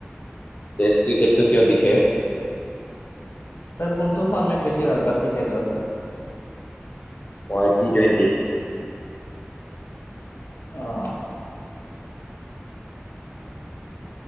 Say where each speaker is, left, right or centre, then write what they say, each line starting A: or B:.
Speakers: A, on the left; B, on the left.
A: টেষ্ট ক্ৰিকেটটো কিয় বিশেষ?
B: তই কোনটো ফৰ্মেট বেছি ভাল পোৱা ক্ৰিকেটৰ
A: মই টি টুৱেণ্টি
B: অহ